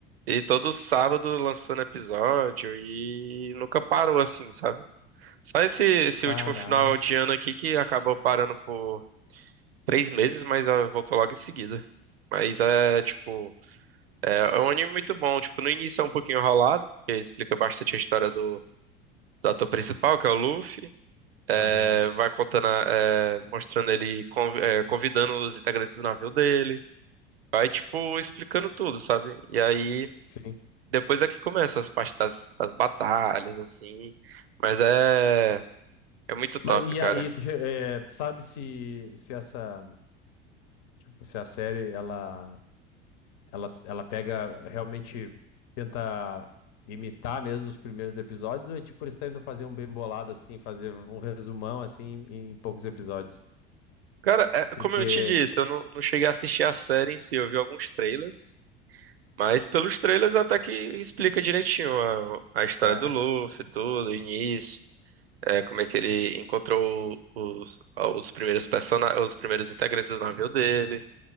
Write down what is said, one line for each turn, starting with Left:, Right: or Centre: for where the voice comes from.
Right: E todo sábado lançando episódio, e nunca parou assim, sabe? Só esse, esse
Left: Caraca.
Right: último final de ano aqui que acabou parando por três meses, mas ah, voltou logo em seguida. Mas é, tipo. É, é um anime muito bom. Tipo, no início é um pouquinho enrolado, porque explica bastante a história do do ator principal, que é o Luffy,
Left: Aham.
Right: é, vai contando, a- é, mostrando ele, conv- é, convidando os integrantes do navio dele, vai, tipo, explicando tudo, sabe? E aí,
Left: Sim.
Right: depois é que começa as partes das, das batalhas, assim, mas é, é muito top,
Left: Mas e
Right: cara.
Left: aí, tu, che- eh, tu sabe se, se essa, tipo, se a série, ela Ela, ela pega, realmente tenta imitar mesmo os primeiros episódios, ou é tipo, eles tentam fazer um bem bolado, assim, fazer um resumão, assim, em, em poucos episódios?
Right: Cara, é,
Left: Porque,
Right: como eu te disse, eu não, não cheguei a assistir a série em si, eu vi alguns trailers, mas pelos trailers até que explica direitinho a, a história
Left: é,
Right: do Luffy, tudo, o início. é, como é que ele encontrou os, os primeiros persona os primeiros integrantes do navio dele.